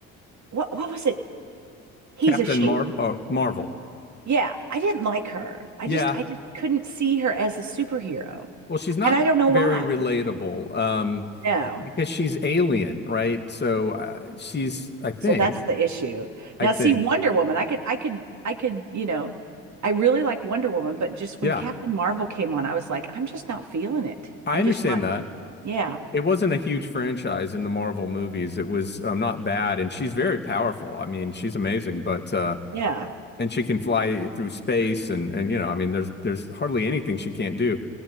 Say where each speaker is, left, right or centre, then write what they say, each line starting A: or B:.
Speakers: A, on the right (about 45°); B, on the left (about 25°).
A: what what was it? He's
B: Captain
A: a she.
B: Mar uh, Marvel.
A: Yeah, I didn't like her. I
B: Yeah.
A: just I just couldn't see her as a superhero.
B: Well, she's not
A: And I don't know
B: very
A: why.
B: relatable, um,
A: No.
B: b- because she's alien, right? So uh, she's, I think,
A: So that's the issue.
B: I
A: Now
B: think,
A: see Wonder Woman, I could I could I could, you know, I really like Wonder Woman, but just
B: yeah,
A: when Captain Marvel came on, I was like, I'm just not feeling it.
B: I
A: I'm
B: understand
A: just not
B: that.
A: yeah.
B: It wasn't a huge franchise in the Marvel movies. It was um, not bad, and she's very powerful. I mean, she's amazing, but uh,
A: Yeah.
B: and she can fly through space and and you know, I mean, there's there's hardly anything she can't do.